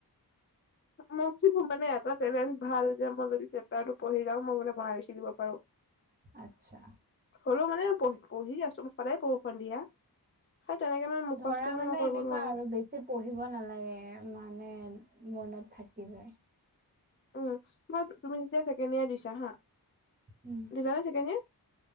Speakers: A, on the left; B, on the right.
A: মই কি মানে <unintelligible> ভাল যে মই যদি চেপ্তাৰটো পঢ়ি যাও মই মানে বনাই লিখি দিব পাৰো <inaudible>
B: আচ্ছা।
A: সৰু মানে পহ পহি আছোঁ সদায় পঢ়ো সন্ধিয়া। সেই তেনেকে মানে মুখস্থ
B: ধৰা
A: মানে মই কৰিব
B: এনেকুৱা
A: নোৱাৰো।
B: আৰু বেছি পঢ়িব নালাগে মানে মনত থাকি যায়।
A: উম, তোমাত তুমি যেতিয়া ছেকেণ্ড ইয়েৰ দিছা হা
B: উম,
A: দিলা নে ছেকেণ্ড ইয়েৰ?